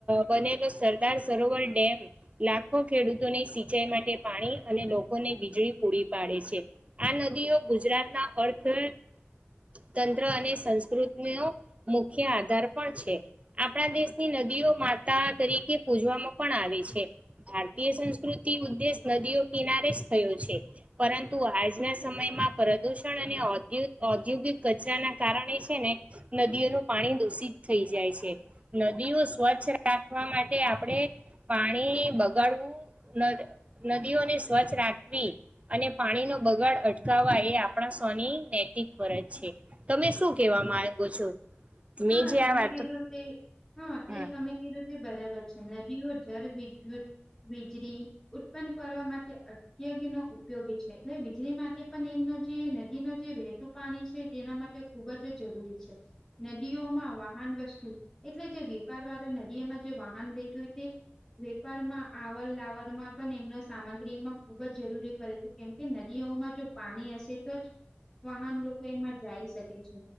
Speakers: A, on the right (about 30°); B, on the left (about 20°).
A: બનેલો સરદાર સરોવર ડેમ લાખો ખેડૂતોની સિંચાઈ માટે પાણી અને લોકોને વીજળી પૂરી પાડે છે આ નદીઓ ગુજરાતના અર્થ <unintelligible> તંત્ર અને સંસ્કૃતિ નુ મુખ્ય આધાર પણ છે આપણા દેશની ન દીઓ માતા તરીકે પૂજવામાં પણ આવે છે ભારતીય સંસ્કૃતિ ઉદ્દેશ નદીઓ કિનારે જ થયો છે પરંતુ આજના સમયમાં પ્રદુષણ અને ઔદૂત ઔદ્યોગિક કચરા ના કારણે છે ને નદીઓનું પાણી દૂષિત થઈ જાય છે. નદી ઓ સ્વચ્છ રાખવા માટે આપણે પાણી બગાડવું નદ નદીઓને સ્વચ્છ રાખવી અને પાણી નો બગાડ અટકાવવા એ આપણા સ ખોની નૈતિક ફરજ છે. તમે શું કેવા માંગો છો? મેં
B: હા
A: જે
B: તમે
A: આ વાતો
B: કધુંતે હા તે
A: હમ
B: તમે કધુંતે બરાબર છે નદીનું જ જળ વિદ્યુત વીજળી ઉત્પન્ન કરવા માટે અત્યગ નો ઉપયોગી છે એટલે વીજળી માટે પણ એમનો જે નદીનું જે વહેતું પાણી છે તેના માટે ખુબ જ જરૂરી છે. નદીઓમાં વાહન વસ્તું એટલે જે વેપાર વાળા નદીઓમાં જે વાહન રહેેતું હોય તે વેપારમાં આવર લાવરમાં પણ એમનો સામગ્રી એમાં ખુબ જ જરૂરી પડે છે કેમ કે નદીઓ માં જો પાણી હશે તો જ વાહન લોકો એમાં જઈ શકે છે